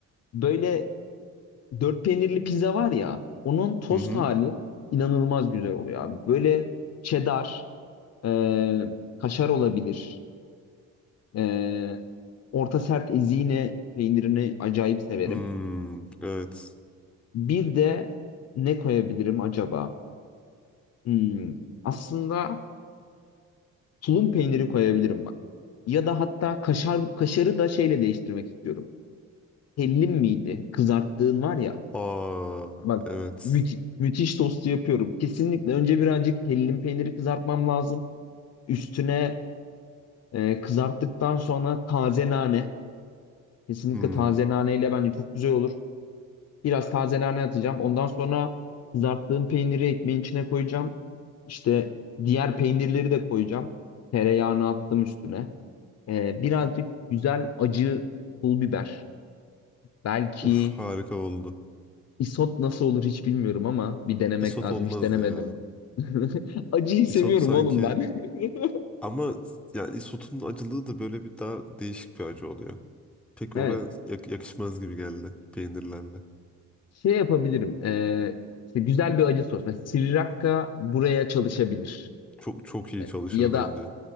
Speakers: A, on the left; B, in the centre.
A: böyle dört peynirli pizza var ya, onun tost
B: Hı hı.
A: hali inanılmaz güzel oluyor abi. Böyle cheddar, e, kaşar olabilir. E, orta sert ezine peynirini acayip severim.
B: Hmm, evet.
A: Bir de ne koyabilirim acaba? Hmm, aslında tulum peyniri koyabilirim bak. Ya da hatta kaşar kaşarı da şeyle değiştirmek istiyorum. Hellim miydi? Kızarttığın var ya.
B: Aa,
A: Bak
B: evet.
A: müthi- müthiş tostu yapıyorum. Kesinlikle önce birazcık hellim peyniri kızartmam lazım. Üstüne e, kızarttıktan sonra taze nane. Kesinlikle
B: Hmm.
A: taze naneyle bence çok güzel olur. Biraz taze nane atacağım. Ondan sonra kızarttığım peyniri ekmeğin içine koyacağım. İşte diğer peynirleri de koyacağım. Tereyağını attım üstüne. E, birazcık güzel acı pul biber. Belki
B: Uf harika oldu.
A: Isot nasıl olur hiç bilmiyorum ama bir denemek
B: Isot
A: lazım.
B: olmaz
A: Hiç denemedim.
B: ya.
A: <laughs> Acıyı seviyorum
B: Isot sanki
A: oğlum ben. <laughs>
B: ama yani isotun acılığı da böyle bir daha değişik bir acı oluyor. Pek
A: Evet.
B: oraya yak- yakışmaz gibi geldi peynirlerle.
A: Şey yapabilirim. Ee, işte güzel bir acı sos. Mesela Sriracha buraya çalışabilir.
B: Çok çok iyi
A: Ee,
B: çalışır
A: ya da
B: bence.